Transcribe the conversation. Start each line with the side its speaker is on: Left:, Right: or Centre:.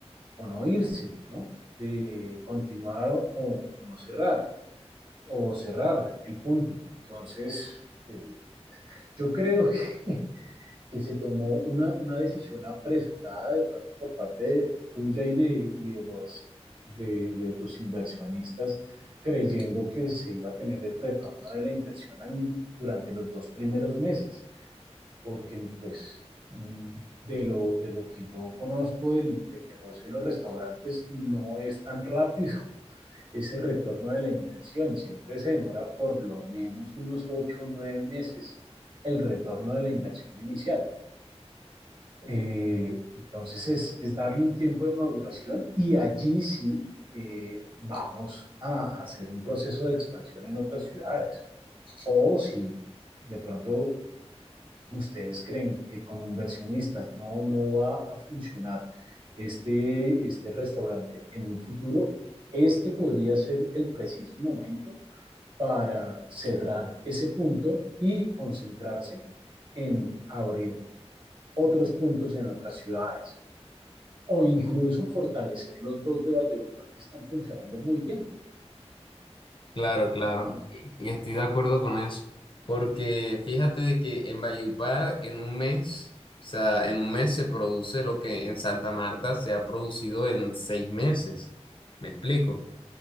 Right: o no irse, ¿no? De continuar o, o no cerrar, o cerrar el punto. Entonces, eh, yo creo <laughs> que que se tomó una, una decisión apresurada de pronto por parte de- tuya y de, y de los, de, de tus inversionistas, creyendo que se iba a tener el retorno de la inversión al- durante los dos primeros meses, porque pues mm, de lo, de lo que yo conozco del, del negocio de los restaurantes, no es tan rápido <laughs> ese retorno de la inversión, siempre se demora por lo menos unos ocho o nueve meses el retorno de la inversión inicial. Eh, entonces es, es darle un tiempo de maduración y allí sí eh, vamos a hacer un proceso de expansión en otras ciudades. O si de pronto ustedes creen que como inversionistas no, no va a funcionar este, este restaurante en un futuro, este podría ser el preciso momento para cerrar ese punto y concentrarse en abrir otros puntos en otras ciudades o incluso fortalecer los dos de Valledupar que están funcionando muy bien,
Left: Claro, claro.
Right: ¿no?
Left: Y estoy de acuerdo con eso. Porque fíjate de que en Valledupar en un mes, o sea, en un mes se produce lo que en Santa Marta se ha producido en seis meses. ¿Me explico?